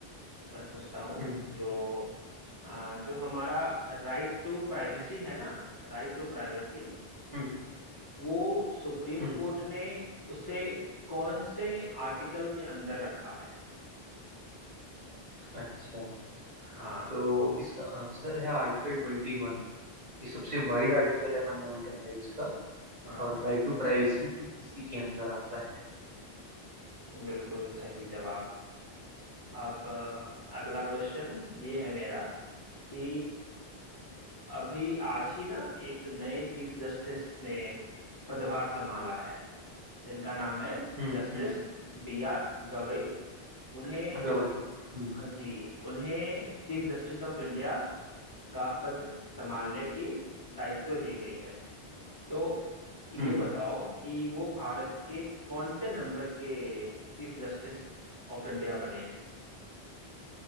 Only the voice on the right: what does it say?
हम्म
हम्म
हम्म
अच्छा
तो इसका आंसर है आर्टिकल ट्वेंटी वन ये सबसे वाइड आर्टिकल है फंडामेंटल राइट्स का
और राइट टू प्राइवेसी भी इसी के अंदर आता है
हम्म
हम्म
गवाही हम्म
हम्म